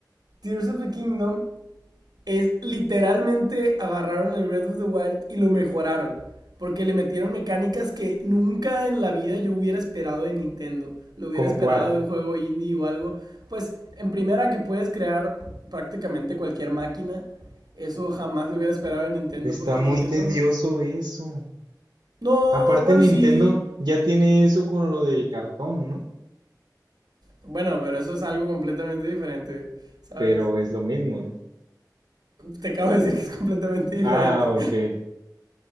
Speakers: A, on the right; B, on the right.
A: Tears of the Kingdom es literalmente agarraron el Breath of the Wild y lo mejoraron. Porque le metieron mecánicas que nunca en la vida yo hubiera esperado de Nintendo. Lo hubiera
B: ¿Como
A: esperado
B: cuál?
A: de un juego indie o algo. Pues en primera que puedes crear prácticamente cualquier máquina. Eso jamás lo hubiera esperado de Nintendo
B: Está
A: porque
B: muy
A: Nintendo...
B: tedioso eso.
A: No,
B: Aparte
A: bueno,
B: Nintendo
A: sí.
B: ya tiene eso con lo del cartón, ¿no?
A: Bueno, pero eso es algo completamente diferente, ¿sabes?
B: Pero es lo mismo, ¿no?
A: Te acabo de decir que es completamente diferente.
B: Ah, ok,